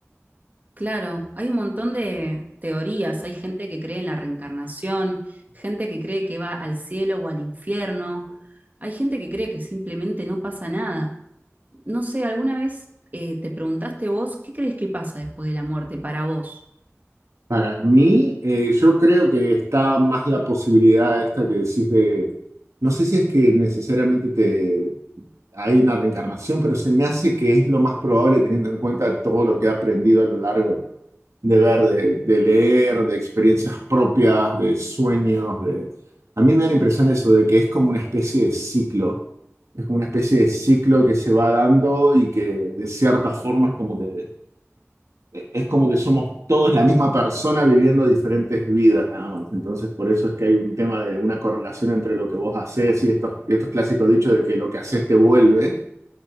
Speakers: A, on the right; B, on the right.
A: Claro, hay un montón de teorías, hay gente que cree en la reencarnación, gente que cree que va al cielo o al infierno, hay gente que cree que simplemente no pasa nada. No sé, ¿alguna vez eh, te preguntaste vos qué crees que pasa después de la muerte para vos?
B: Para mí, eh, yo creo que está más la posibilidad esta que decís de, no sé si es que necesariamente te, hay una reencarnación, pero se me hace que es lo más probable teniendo en cuenta todo lo que he aprendido a lo largo de, de ver, de, de leer, de experiencias propias, de sueños, de... A mí me da la impresión eso de que es como una especie de ciclo, es como una especie de ciclo que se va dando y que de ciertas formas como que e-, es como que somos todos la misma persona viviendo diferentes vidas nada más. Entonces, por eso es que hay un tema de una correlación entre lo que vos haces y estos, y estos clásicos dichos de que lo que haces te vuelve.